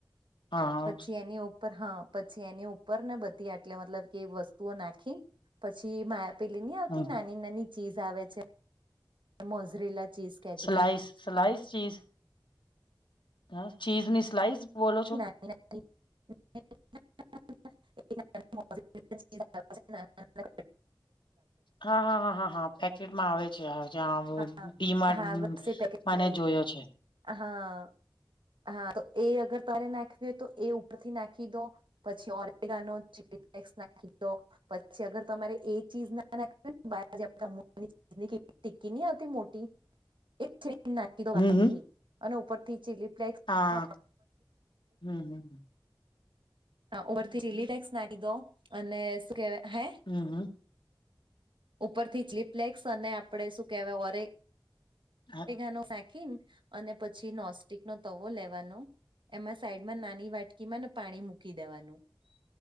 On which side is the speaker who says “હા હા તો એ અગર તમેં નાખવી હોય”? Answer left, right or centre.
Right